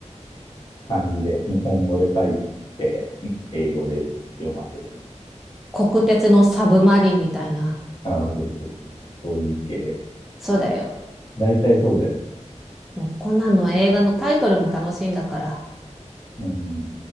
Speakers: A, on the left; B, in the centre.
A: 漢字で、日本語で書いて、英語で読ませる。
B: 国鉄のサブマリンみたいな。
A: ああ、そうそうそうそう、そういう系。
B: そうだよ。
A: 大体そうだよ。
B: もうこんなの映画のタイトルも楽しいんだから。
A: うん。